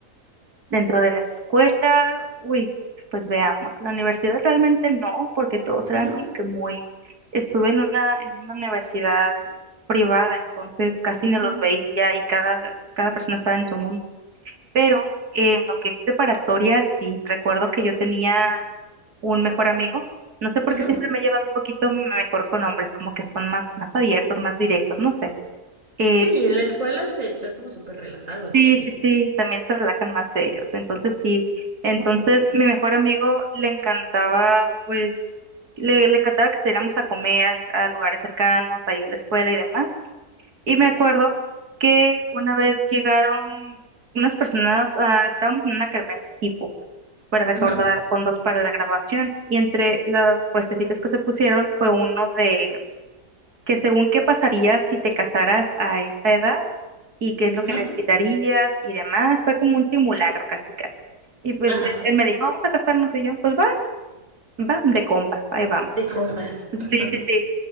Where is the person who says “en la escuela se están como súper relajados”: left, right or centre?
Right